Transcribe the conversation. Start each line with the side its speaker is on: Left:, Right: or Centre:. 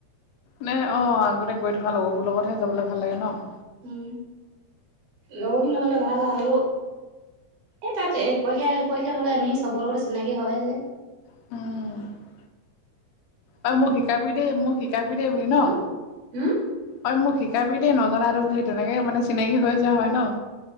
Left: মানে অ', আগতে গৈ থকা লগৰবোৰ লগতহে যাবলৈ ভাল লাগে নহ।
Right: উম, লগৰখ <unintelligible> ভাল হ'লেও এই তাত এই পৰীক্ষা, পৰীক্ষা হ'লে এনেইও চবৰ লগতে চিনাকি হৈয়ে যায়।
Left: উম। অ', মোক শিকাবি দে, মোক শিকাবি দে বুলি নহ?
Right: উম হুম
Left: ঐ মোক শিকাবি দেই নজনাটো বুলি, তেনেকে মানে চিনাকি হৈ যোৱা হয় নহ?